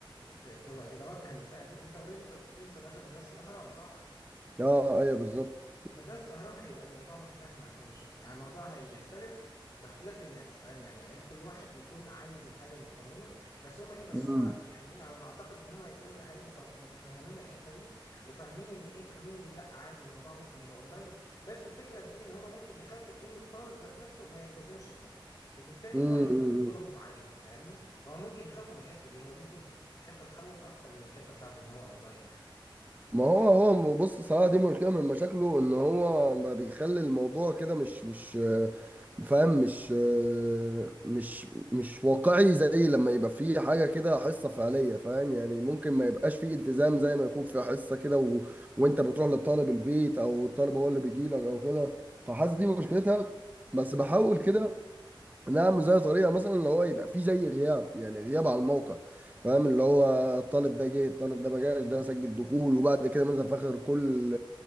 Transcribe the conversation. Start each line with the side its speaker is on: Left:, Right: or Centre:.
Left: ت- تتوجه للفئه دي انت اوريدي انت بتقولي انت داخل مدرسه الاهرام صح
Right: اه ايوه بالظبط
Left: مدرسة الأهرام هيبقى الموضوع متفاهم عندهم شوية يعني الموضوع هيختلف باختلاف الناس فاهم يعني إيه، كل واحد بيكون عايز الحاجة اللي تطمنه بس هما إيه بس
Right: امم
Left: هما يعني إيه على ما أعتقد إن هما يكونوا الأهالي مت- متفاهمين الحتة دي وفاهمين إن إيه فاهمين إن لأ عادي الموضوع ممكن يبقى أونلاين بس الفكرة إن إيه إن هما ممكن يخافوا إن الطالب ذات نفسه ما يلتزمش بده وبالتالي
Right: امم
Left: هو هيزود دورهم عليهم فاهمني فهو ممكن يخافوا من الحتة دي هو ممكن دي حتة تخوف أكتر من الحتة بتاعت إن هو أونلاين يعني
Right: ما هو هو بص صراحة دي مشكلة من مشاكله ان هو ما بيخلي الموضوع كده مش مش آه، فاهم مش آه، مش مش واقعي زي لما يبقى فيه حاجة كده حصة فعلية فاهم يعني ممكن ما يبقاش فيه التزام زي ما يكون في حصة كده و... وانت بتروح للطالب البيت او الطالب هو اللي بيجي لك او كده فحاسس دي مشكلتها بس بحاول كده نعم زي طريقة مثلا اللي هو يبقى فيه زي غياب يعني غياب على الموقع فاهم اللي هو الطالب ده جه الطالب ده ما جاش ده سجل دخول وبعد كده مثلا في اخر كل